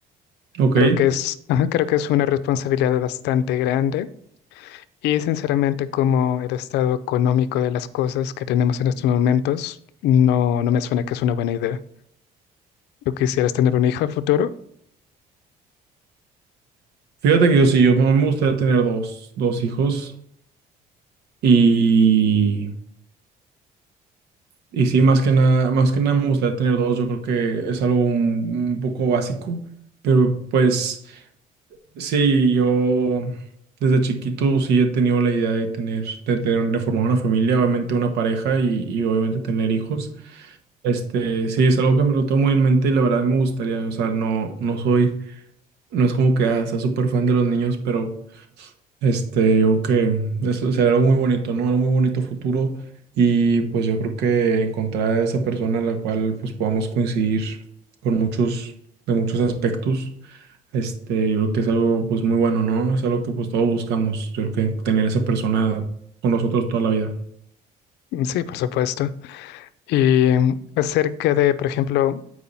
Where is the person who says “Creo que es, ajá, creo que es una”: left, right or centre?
Left